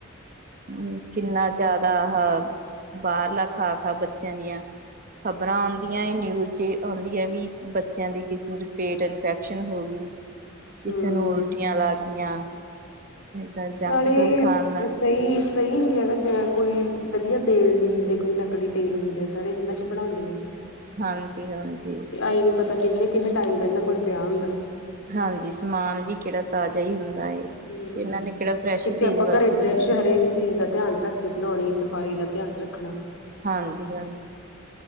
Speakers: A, on the right; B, on the left.
A: ਹੂੰ ਕਿੰਨਾ ਜ਼ਿਆਦਾ ਆਹਾ, ਬਾਹਰਲਾ ਖਾ ਖਾ ਬੱਚਿਆਂ ਦੀਆਂ ਖ਼ਬਰਾਂ ਆਦੀਆ ਨਿਊਜ਼ 'ਚ ਆਉਂਦੀ ਆ ਵੀ ਬੱਚਿਆਂ ਦੀ ਕਿਸੇ ਚ ਪੇਟ ਇਨਫੈਕਸ਼ਨ ਹੋ ਗਈ। ਕਿਸੇ
B: ਹਮ
A: ਨੂੰ ਉਲਟੀਆਂ ਲੱਗ ਗਈਆਂ। ਏਦਾਂ ਜੰਕ
B: ਨਾਲੇ,
A: ਫੂਡ ਖਾਣ ਨਾਲ
B: ਸਹੀ ਸਹੀ ਨੀ ਹੈਗਾ ਚ ਕੋਈ ਵਧੀਆ ਤੇਲ ਨੀ ਹੁੰਦੇ ਕੋਈ ਨਕਲੀ ਤੇਲ ਹੁੰਦੇ ਸਾਰੇ ਜਿਹਨਾਂ ਚ ਬਣਾਉਂਦੇ ਨੇ।
A: ਹਾਂਜੀ ਹਾਂਜੀ,
B: ਆਈ ਨੀ ਪਤਾ ਕਿੰਨੇ ਕਿੰਨੇ ਟਾਈਮ ਦਾ ਇਹਨਾਂ ਕੋਲ ਪਿਆ ਹੁੰਦਾ।
A: ਹਾਂਜੀ ਸਮਾਨ ਵੀ ਕਿਹੜਾ ਤਾਜ਼ਾ ਈ ਹੁੰਦਾ ਏ।
B: ਹੂੰ,
A: ਇਹਨਾਂ ਨੇ ਕਿਹੜਾ ਫਰੈਸ਼
B: ਕਿੱਥੇ
A: ਚੀਜ਼
B: ਆਪਾਂ
A: ਵਰਤਣੀ
B: ਘਰੇ ਫਰੈਸ਼
A: ਹੁੰਦੀ ਹੈ
B: ਹਰੇਕ ਚੀਜ਼ ਦਾ ਧਿਆਨ ਰੱਖ ਕੇ ਬਣਾਉਣੀ ਸਫਾਈ ਦਾ ਧਿਆਨ ਰੱਖਣਾ।
A: ਹਾਂਜੀ ਹਾਂਜੀ,